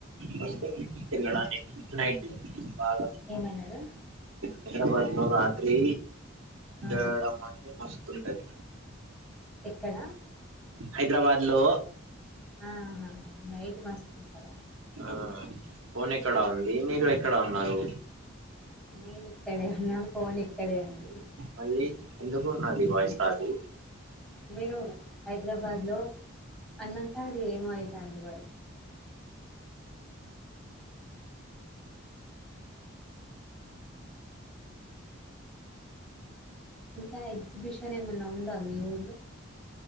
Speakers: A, on the right; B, in the centre.
A: వ తిరగడానికి నైట్ బాగా
B: ఏమన్నారు
A: హైదరాబాద్ లో రాత్రి
B: ఆ
A: ఎయడం అంటే మస్తుంటది
B: ఎక్కడ
A: హైదరాబాద్ లో
B: ఆ నైట్ మస్తు ఉంటుందా
A: ఆ ఫోన్ ఎక్కడా ఉంది మీరు ఎక్కడ ఉన్నారు
B: నేను ఇక్కడే ఉన్నాను ఫోన్ ఇక్కడే ఉంది
A: మళ్ళీ ఎందుకు ఉన్నది వాయిస్ కాదు
B: మీరు హైదరాబాద్ లో అన్నంక ఏమయితను బస్ ఇంకా ఎగ్జిబిషన్ ఏమైన్నా ఉందా మీ ఊళ్లో